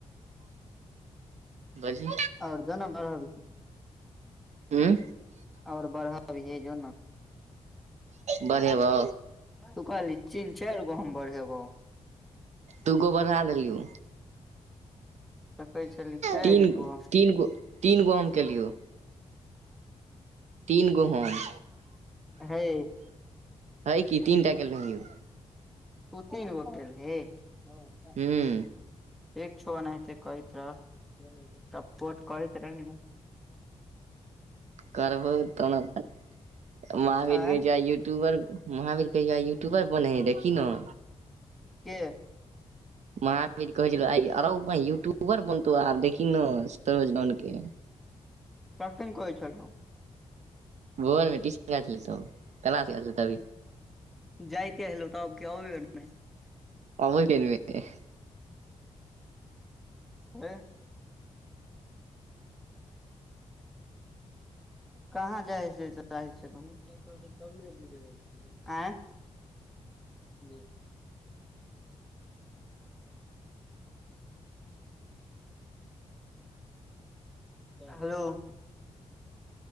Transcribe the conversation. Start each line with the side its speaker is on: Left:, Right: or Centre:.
Right: बाजही
Centre: आओर जो नऽ बड़हबही
Right: हूँ
Centre: आओर बराहबीहे जो नऽ
Right: बढ़ेबौ
Centre: तू कहाली चीन चाइर गो हम बरहेबो
Right: दूगो बढ़ा लेलियौ
Centre: तु तऽ कहै छलही चाइर
Right: तीन
Centre: गो
Right: तीन गो तीन गो हम केलियौ तीन गो हम
Centre: अ हैय
Right: है की तीनटा केल रहियै
Centre: तु तीन गो केलही ठिक
Right: हूँ
Centre: छो अहनाइते करैत रह तब पोट करैत रही नऽ
Right: करबो तन अपन महावीर
Centre: आँय
Right: कहै छै आय यूट्यूबर महावीर कहै आय यूट्यूबर बनै हय देखि नऽ
Centre: केँ
Right: महावीर कहै छलै आय अरो बाइह यूट्यूबर बनतो आब देखी नऽ सरोज डाउन केँ
Centre: कखैन कहै छलो
Right: भोर मे टीशन जाय छलिये तब कलास गैल छलिये तभि
Centre: जइते हलौ तब की अबै बेर मे
Right: अबै बेर मे
Centre: हय कहाँ जाइ छलहि तऽ कहै छलो कनी कमे दुध होइ छले आई <unintelligible> हलो हलो